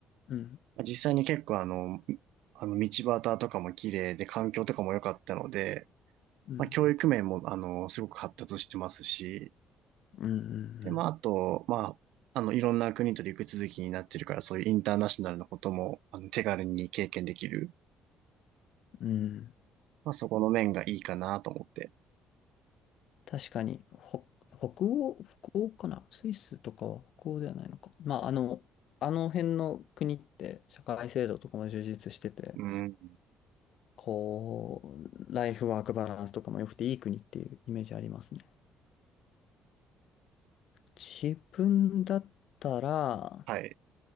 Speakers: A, on the left (about 65°); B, on the right (about 80°).
A: うん、
B: まあ実際に結構あの、あの道端とかも綺麗で環境とかも良かったので、
A: うん、
B: まあ、教育面も、あの、すごく発達してますし、
A: うん、う
B: で、まあ、あと、
A: ん、
B: まあ、あの、いろんな国と陸続きになってるから、そういうインターナショナルなことも、あの、手軽に経験できる。
A: うん。うん
B: まあ、そこの面がいいかなと思って。
A: 確かに、ほ、北欧、北欧かなスイスとかは北欧ではないのか。まあ、あの、あの辺の国って社会制度とかも充実してて、
B: うん。
A: こう、ライフワークバランスとかも良くていい国っていうイメージありますね。自分だったら、
B: はい。